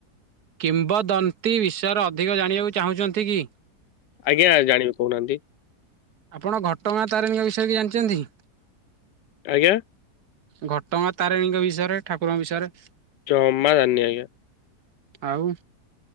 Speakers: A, on the right (about 65°); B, on the left (about 85°).
A: କିମ୍ବଦନ୍ତୀ ବିଷୟରେ ଅଧିକ ଜାଣିବାକୁ ଚାହୁଁଚନ୍ତି କି?
B: ଆଜ୍ଞା ଜାଣିବି କହୁନାହାନ୍ତି?
A: ଆପଣ ଘଟଗାଁ ତାରିଣୀଙ୍କ ବିଷୟରେ କିଛି ଜାଣିଚନ୍ତି?
B: ଆଜ୍ଞା।
A: ଘଟଗାଁ ତାରିଣୀଙ୍କ ବିଷୟରେ? ଠାକୁରଙ୍କ ବିଷୟରେ?
B: ଜମା ଜାଣିନି ଆଜ୍ଞା।
A: ଆଉ